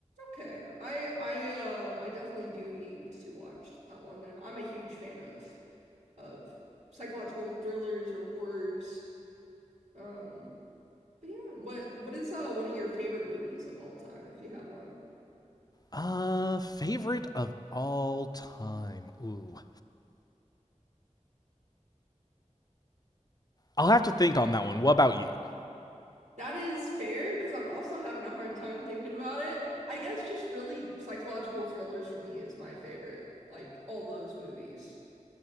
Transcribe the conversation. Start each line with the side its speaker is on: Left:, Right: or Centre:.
Right: Okay. I I uh I definitely do need to watch that one then. I'm a huge fan of of psychological thrillers or horrors. Um but yeah, what what is uh one of your favorite movies of all time if you have one?
Left: Uh, favorite of all time. Ooh, I'll have to think on that one. What about you?
Right: That is fair because I'm also having a hard time thinking about it. I guess just really psychological thrillers for me is my favorite, like all those movies.